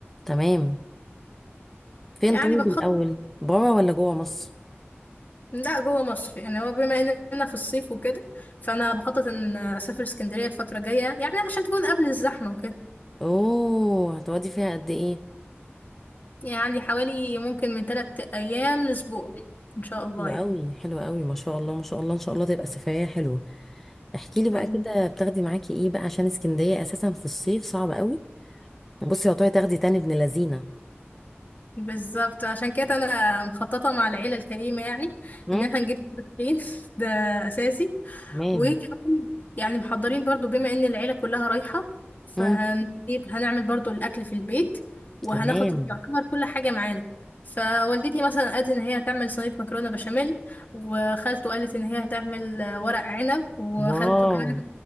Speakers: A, in the centre; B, on the left (about 40°).
A: تمام فين
B: يعني
A: طيب
B: بخطط
A: الأول؟ برا ولا جوا مصر؟
B: لا جوه مصر يعني هو بما اننا في الصيف وكده فانا بخطط ان اسافر اسكندرية الفترة الجاية يعني عشان تكون قبل الزحمة وكده
A: اوه هتقعدي فيها قد ايه؟
B: يعني حوالي ممكن من ثلاث ايام لاسبوع ان شاء الله
A: حلوة
B: يعني
A: قوي حلوة قوي ما شاء الله ما شاء الله ان شاء الله تبقى سفرية حلوة احكي لي بقى
B: يعني
A: كده بتاخدي معاكي ايه بقى عشان اسكندرية اساسا في الصيف صعب قوي بصي يا طارق تاخدي تاني ابن لذينة
B: بالظبط عشان كده انا مخططة مع العيلة الكريمة يعني
A: مم.
B: ان احنا نجيب فين <laughs> ده اساسي
A: تمام
B: وكمان يعني محضرين برضو بما ان العيلة كلها رايحة فهنجيب
A: مم.
B: هنعمل برضو الأكل في البيت وهناخد
A: تمام
B: يعتبر كل حاجة معانا فوالدتي مثلا قالت ان هي هتعمل صينية مكرونة بشاميل وخالته قالت ان هي هتعمل آه، ورق عنب وخالته
A: واو
B: كمان